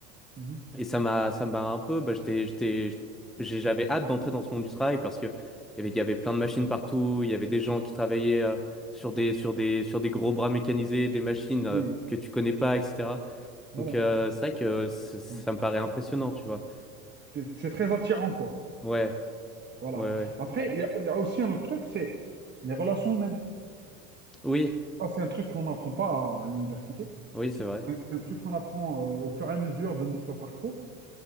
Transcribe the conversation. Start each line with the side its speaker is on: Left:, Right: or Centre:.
Right: Mhm.
Centre: Et ça m'a, ça m'a un peu, bah, j'étais, j'étais, j'ai- j'avais hâte d'entrer dans ce monde du travail parce que il y avait, il y avait plein de machines partout, il y avait des gens qui travaillaient euh, sur des, sur des, sur des gros bras mécanisés, des machines euh,
Right: Oui,
Centre: que tu connais pas, etc.
Right: voilà.
Centre: Donc euh, c'est vrai que c- ça
Right: Ouais.
Centre: me paraît impressionnant, tu vois.
Right: C'est c'est très attirant, quoi.
Centre: Ouais,
Right: Voilà.
Centre: ouais, ouais.
Right: Après, il y a, il y a aussi un autre truc, c'est les relations humaines.
Centre: Oui,
Right: Ça, c'est un truc qu'on n'apprend pas à l'université.
Centre: oui, c'est vrai.
Right: Hein, C'est un truc qu'on apprend euh, au fur et à mesure de notre parcours,